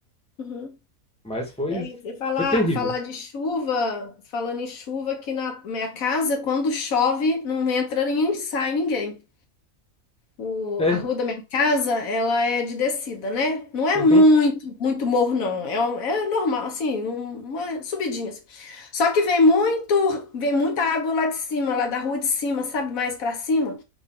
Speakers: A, on the left; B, in the centre.
A: Uhum.
B: Mas foi,
A: É, você falar,
B: foi terrível.
A: falar de chuva, falando em chuva, aqui na minha casa, quando chove, não entra nem sai ninguém. O,
B: É.
A: a rua da minha casa, ela é de descida, né? Não é
B: Uhum,
A: muito, muito morro, não. É, um- é normal, assim, um- uma subidinha. assim. Só que vem muito, vem muita água lá de cima, lá da rua de cima, sabe? Mais pra cima.